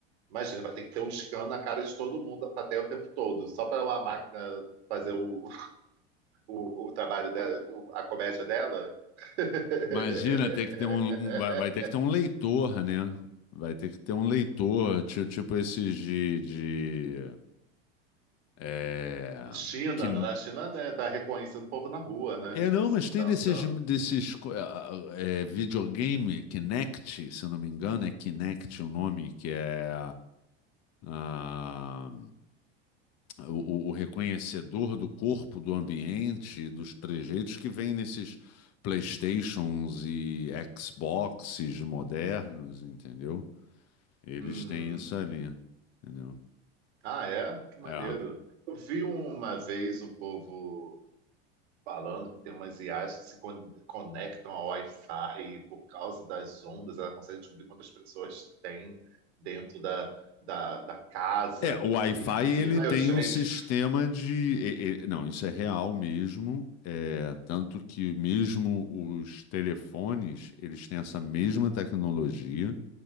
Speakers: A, on the right (about 70°); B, on the left (about 50°).
A: Imagina, vai ter que ter um scan na cara de todo mundo da plateia o tempo todo, só para uma máquina fazer o, o, o trabalho dela, o- a comédia dela. <laughs>
B: Imagina ter que ter um, um- vai, vai ter que ter um leitor, né? Vai ter que ter um leitor, ti- tipo, esses de, de é,
A: A China,
B: que,
A: na China, né, tá reconhecendo o povo na rua, né?
B: é
A: Tipo
B: não,
A: assim,
B: mas tem
A: tá
B: desses
A: andando.
B: desses co- é, é, videogame Kinect, se eu não me engano, é Kinect o nome que é ah, o, o- o reconhecedor do corpo, do ambiente, dos trejeitos que vem nesses PlayStations e Xboxes modernos, entendeu? Eles
A: Uhum.
B: têm isso ali, entendeu?
A: Ah, é? Que maneiro.
B: É.
A: Eu vi uma vez o povo. falando que tem umas IAs que se con- conectam ao Wi-Fi e por causa das ondas ela consegue descobrir quantas pessoas tem dentro da, da, da casa.
B: É, o Wi-Fi
A: E aí,
B: ele
A: ah,
B: tem
A: eu, gente,
B: um sistema de. e- e- não, isso é real mesmo. É, tanto que mesmo os telefones, eles têm essa mesma tecnologia.